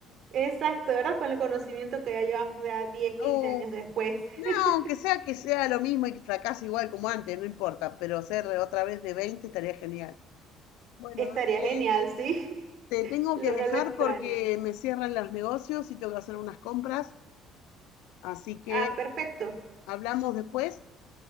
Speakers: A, on the right (about 60°); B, on the left (about 90°).
A: Exacto, ¿verdad? Con el conocimiento que ya llevamos ya diez, quince
B: Oh,
A: años después.
B: No,
A: <laughs>
B: aunque sea que sea lo mismo y que fracase igual como antes, no importa, pero ser otra vez de 20 estaría genial. Bueno,
A: Estaría
B: André,
A: genial, sí.
B: te
A: <laughs>
B: tengo
A: Lo-
B: que dejar
A: no lo extraña.
B: porque me cierran los negocios y tengo que hacer unas compras, así que
A: Ah, perfecto.
B: hablamos después.